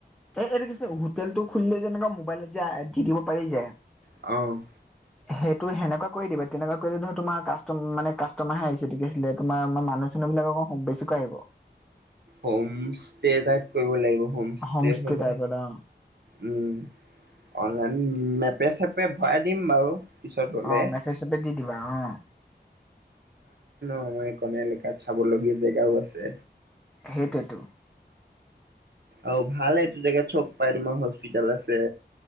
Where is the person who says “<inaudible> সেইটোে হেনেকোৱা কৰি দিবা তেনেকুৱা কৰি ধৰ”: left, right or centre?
Centre